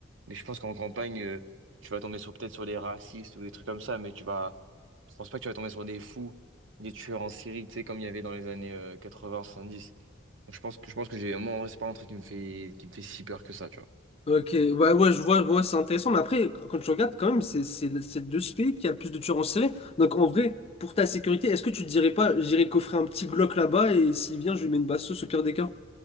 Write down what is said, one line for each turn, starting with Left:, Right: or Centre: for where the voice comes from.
Right: Mais je pense qu'en campagne, euh, tu vas tomber sur peut-être sur des racistes ou des trucs comme ça, mais tu vas, je pense pas que tu vas tomber sur des fous, des tueurs en série, tu sais, comme il y avait dans les années euh, 80-70. Donc je pense que je pense que j'ai, moi, en vrai, c'est pas un truc qui me fait qui me fait si peur que ça, tu vois.
Left: Ok, ouais, ouais, je vois, ouais, c'est intéressant, mais après, qu- quand tu regardes, quand même, c'est c'est- c'est de ce pays qui a le plus de tueurs en série. Donc, en vrai, pour ta sécurité, est-ce que tu te dirais pas, j'irai coffrer un petit Glock là-bas et s'il vient, je lui mets une basse sauce au pire des cas?